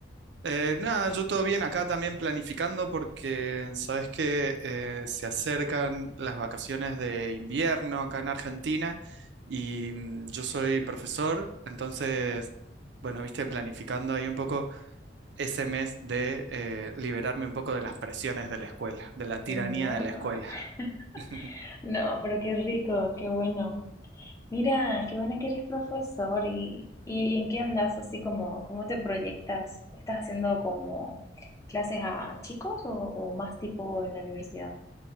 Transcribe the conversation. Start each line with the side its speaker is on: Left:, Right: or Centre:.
Right: Eh, nada, yo todo bien acá también planificando porque sabes que eh, se acercan las vacaciones de invierno acá en Argentina y mm, yo soy profesor, entonces, bueno, viste, planificando ahí un poco ese mes de eh, liberarme un poco de las presiones de la escuela, de la tiranía
Left: No,
Right: de la escuela.
Left: <laughs>
Right: <laughs>
Left: no, pero qué rico, qué bueno. Mira, qué bueno que eres profesor y, y ¿en qué andas? Así como, ¿cómo te proyectas? ¿Estás haciendo como clases a chicos o, o más tipo en la universidad?